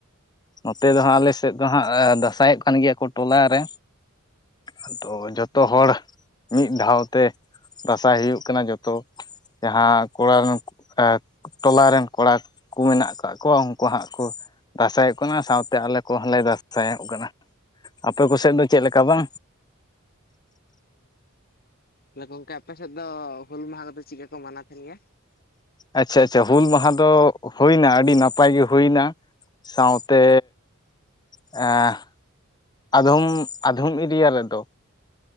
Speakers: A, on the left; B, on the left.
A: ᱱᱚᱛᱮ ᱫᱚ ᱦᱟᱸᱜ ᱟᱞᱮᱥᱮᱫ ᱫᱚ ᱦᱟᱸᱜ ᱫᱟᱸᱥᱟᱭᱚᱜ ᱠᱟᱱ ᱜᱮᱭᱟ ᱠᱚ ᱴᱚᱞᱟ ᱨᱮ᱾ ᱟᱫᱚ ᱡᱚᱛᱚ
B: ᱦᱩᱸ
A: ᱦᱚᱲ ᱢᱤᱫ ᱫᱷᱟᱣ ᱛᱮ ᱫᱟᱸᱥᱟᱭ ᱦᱩᱭᱩᱜ ᱠᱟᱱᱟ ᱡᱷᱚᱛᱚ ᱡᱟᱦᱟᱸ ᱠᱚᱲᱟ <unintelligible> ᱴᱚᱞᱟ ᱨᱮᱱ ᱠᱚᱲᱟ ᱠᱩ ᱢᱮᱱᱟᱜ ᱠᱟᱜ ᱠᱚᱣᱟ ᱩᱱᱠᱩ ᱦᱟᱸᱜ ᱠᱩ ᱫᱟᱥᱟᱸᱟᱭᱚᱜ ᱠᱚᱢᱟ ᱥᱟᱶᱛᱮ ᱟᱞᱮ ᱠᱚᱦᱚᱸᱞᱮ ᱫᱟᱥᱟᱭᱚᱜ ᱠᱟᱱᱟ, ᱟᱯᱮ ᱠᱚᱥᱮᱫ ᱫᱚ ᱪᱮᱫ ᱞᱮᱠᱟ ᱵᱟᱝ
B: ᱦᱩᱸ᱾ ᱜᱚᱝᱠᱮ ᱟᱯᱮ ᱥᱮᱫ ᱫᱚ ᱦᱩᱞ ᱢᱟᱦᱟ ᱠᱚᱫᱚ ᱪᱮᱫᱠᱟ ᱠᱚ ᱢᱟᱱᱟᱣ ᱠᱮᱫ ᱜᱮᱭᱟ?
A: ᱟᱪᱪᱷᱟ ᱟᱪᱪᱷᱟ ᱦᱩᱞ ᱢᱟᱦᱟ ᱫᱚ ᱦᱩᱭᱱᱟ ᱟᱹᱰᱤ ᱱᱟᱯᱟᱭ ᱜᱮ ᱦᱩᱭᱱᱟ᱾ ᱥᱟᱶᱛᱮ ᱮᱸᱻ ᱟᱫᱚᱢ ᱟᱫᱷᱚᱢ ᱤᱫᱤᱭᱟ ᱨᱮᱫᱚ